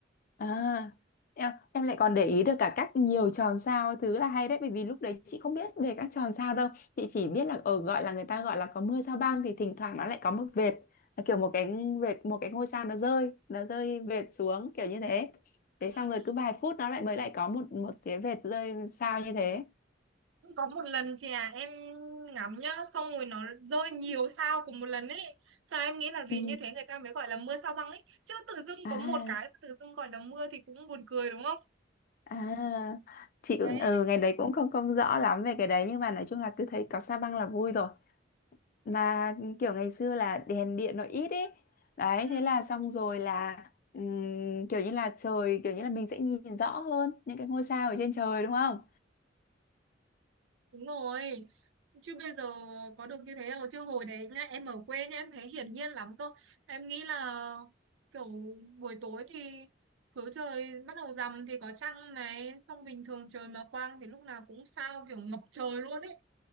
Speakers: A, on the left (about 45°); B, on the right (about 75°).
A: À, em em lại còn để ý được cả cách nhiều tròn sao thứ là hay đấy bởi vì lúc đấy chị không biết về các tròn sao đâu chị chỉ biết là ở gọi là người ta gọi là có mưa sao băng thì thỉnh thoảng nó lại có một vệt là kiểu một cái vệt một cái ngôi sao nó rơi nó rơi vệt xuống kiểu như thế thế xong
B: ừ.
A: rồi cứ vài phút nó lại mới lại có một một cái vệt rơi sao như thế
B: có một lần chị à em ngắm nhá xong rồi nó rơi nhiều sao cùng một lần ấy sao em nghĩ là vì
A: ừ.
B: như thế người ta mới gọi là mưa sao băng ấy chứ tự dưng
A: à
B: có một cái mà tự dưng gọi là mưa thì cũng buồn cười đúng không
A: à chị
B: đấy
A: cũng ừ, ngày đấy cũng không không rõ lắm về cái đấy nhưng mà nói chung là cứ thấy có sao băng là vui rồi mà kiểu ngày xưa là đèn điện nó ít ấy đấy
B: Ừ,
A: thế là xong rồi là ừm, kiểu như là trời kiểu như là mình sẽ nhìn rõ hơn những cái ngôi sao ở trên trời đúng không
B: đúng rồi chứ bây giờ có được như thế đâu chứ hồi đấy nhá em ở quê nhá em thấy hiển nhiên lắm cơ em nghĩ là kiểu buổi tối thì cứ trời bắt đầu rằm thì có trăng này xong bình thường trời mà quang thì lúc nào cũng sao kiểu ngập trời luôn ấy